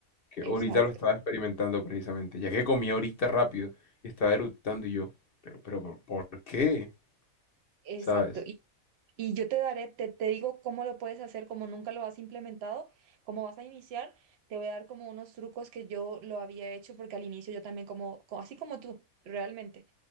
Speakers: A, on the left (about 50°); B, on the right (about 55°).
A: que
B: exacto,
A: ahorita lo estaba experimentando precisamente, ya que comí ahorita rápido y estaba eructando y yo, pero, pero, ¿por por qué?
B: exacto.
A: ¿Sabes?
B: Y yo te daré, te, te digo cómo lo puedes hacer, como nunca lo has implementado, cómo vas a iniciar. Te voy a dar como unos trucos que yo lo había hecho, porque al inicio yo también como, co- así como tú, realmente.